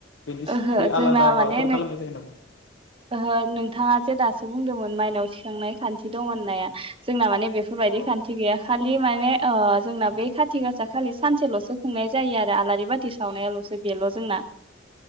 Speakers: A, on the left; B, on the right.
A: बेनिख्रुयइ
B: ओहो जोंना
A: आलादा माबाफोर
B: माने नों
A: खालामनाय जायो नामा
B: ओहो नोंथाङा जे दासो बुंदोंमोन माइनाव थिखांनाय खान्थि दं होननाया जोंना माने बेफोरबायदि
A: औ
B: खान्थि गैया खालि माने जोंना बे खाथि गासा खालि सानसेल'सो खुंनाय जायो आरो आलारि बाथि खुथि सावनायाल'सो बेल' जोंना